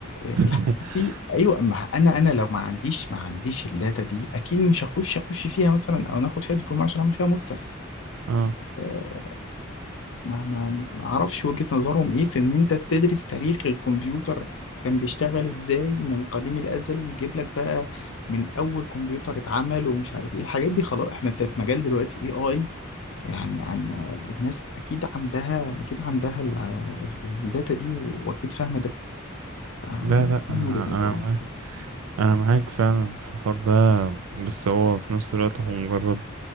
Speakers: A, on the left (about 65°); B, on the right (about 85°).
A: الحاجات
B: <laughs>
A: دي ايوه ما انا انا لو ما عنديش ما عنديش الداتا دي اكيد مش هخش اخش فيها مثلا او ناخد فيها دبلومه عشان اعمل فيها ماستر
B: اه
A: آه، ما ما ما اعرفش وجهه نظرهم ايه في ان انت تدرس تاريخ الكمبيوتر كان بيشتغل ازاي من قديم الازل ويجيب لك بقى من اول كمبيوتر اتعمل ومش عارف ايه الحاجات دي خلاص احنا ت- في مجال دلوقتي اي اي يعني يعني آه، الناس اكيد عندها اكيد عندها الداتا دي واكيد فاهمه ده آه،
B: لا لا
A: دي
B: انا
A: من وجهه نظرهم
B: انا معاك انا معاك فعلا في الحوار ده بس هو في نفس الوقت هو مجرد